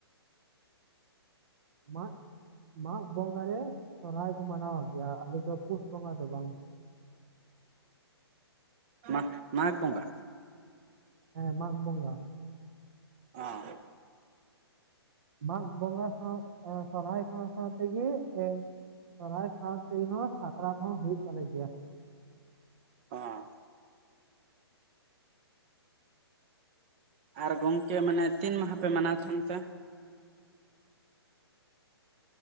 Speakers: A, on the right (about 55°); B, on the right (about 25°).
A: ᱢᱟᱜᱽ ᱢᱟᱜᱽ ᱵᱚᱸᱜᱟ ᱨᱮ ᱥᱚᱨᱦᱹᱟᱭ ᱠᱚ ᱢᱟᱱᱟᱣ ᱜᱮᱭᱟ ᱟᱞᱮ ᱫᱚ ᱯᱩᱥ ᱵᱚᱸᱜᱟ ᱫᱚ ᱵᱟᱝ
B: ᱢᱟ ᱢᱟᱜᱽ ᱵᱚᱸᱜᱟ
A: ᱦᱮᱸ ᱢᱟᱜᱽ ᱵᱚᱸᱜᱟ
B: ᱟᱸ
A: ᱢᱟᱜᱽ ᱵᱚᱸᱜᱟ ᱥᱟᱶ ᱥᱚᱨᱦᱟᱭ ᱥᱟᱶ ᱥᱟᱶ ᱛᱮᱜᱮ ᱮ ᱥᱚᱨᱦᱟᱭ ᱥᱟᱶᱛᱮ ᱦᱚᱸ ᱥᱟᱠᱨᱟᱛ ᱦᱚᱸ ᱦᱩᱭᱩᱜ ᱛᱟᱞᱮ ᱜᱮᱭᱟ
B: ᱦᱚᱸ ᱟᱨ ᱜᱚᱝᱠᱮ ᱢᱟᱱᱮ ᱛᱤᱱ ᱢᱟᱦᱟ ᱯᱮ ᱢᱟᱱᱟᱣ ᱛᱟᱦᱮᱱ ᱯᱮ